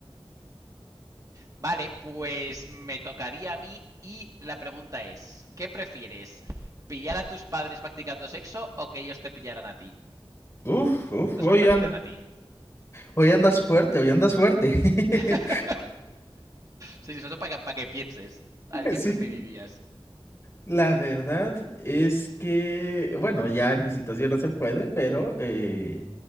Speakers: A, on the right; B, on the left.
A: Vale, pues me tocaría a mí y la pregunta es, ¿qué prefieres? ¿Pillar a tus padres practicando sexo o que ellos te pillaran a ti?
B: Uf, uf,
A: Te
B: hoy
A: sorprendieran
B: anda,
A: a ti.
B: hoy andas fuerte, hoy andas fuerte. <laughs>
A: <laughs> sí, sí, eso para que, para que pienses. A ver qué
B: Sí,
A: preferirías.
B: la verdad es que, bueno, ya en mi situación no se puede, pero eh,